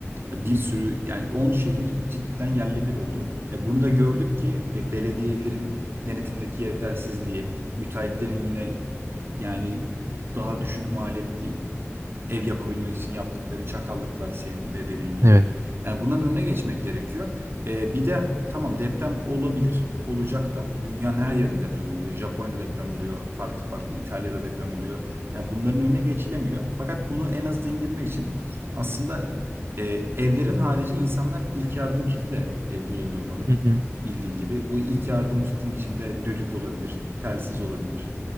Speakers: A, on the right; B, on the right.
A: E, bir sürü yani 10 şehir cidden yerle bir oldu. E, bunu da gördük ki e, belediyelerin denetimdeki yetersizliği, müteahhitlerin yine yani daha düşük maliyetli ev yapabilmek için yaptıkları çakallıklar senin de dediğin gibi.
B: Evet.
A: Yani bunların önüne geçmek gerekiyor. Ee, bir de tamam deprem olabilir, olacak da. Dünyanın her yerinde deprem oluyor. Japonya'da deprem oluyor, farklı farklı İtalya'da deprem oluyor. Yani bunların önüne geçilemiyor. Fakat bunu en aza indirmek için aslında e, evlerin harici insanlar ilk yardım kiti de e, bulundurmalı.
B: Hı hı.
A: Bildiğin gibi bu ilk yardım kitinin içinde düdük olabilir, telsiz olabilir,